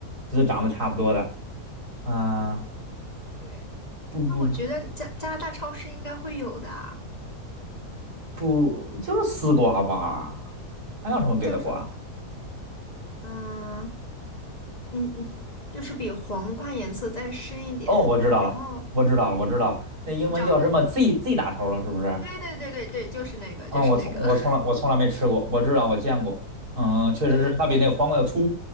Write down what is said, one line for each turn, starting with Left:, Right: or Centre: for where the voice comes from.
Right: 这是长得差不多的。啊、
Left: 对，
Right: 不不不。
Left: 那我觉得加加拿大超市应该会有的啊
Right: 不，就是丝瓜吧？还有什么别的瓜？
Left: 那叫什么？嗯，你你就是比黄瓜颜色再深一点。
Right: 哦，我知道了，
Left: 然后
Right: 我知道了，我知道了，那英文叫什么？Z
Left: 你找了，
Right: Z 打头了，是不是？
Left: 对对对对对，就是那个，
Right: 嗯，
Left: 就是那个。
Right: 我从我从来我从来没吃过，
Left: <laughs>
Right: 我知道我见过。嗯，确实是，
Left: 我觉得，
Right: 它比那个黄瓜要粗，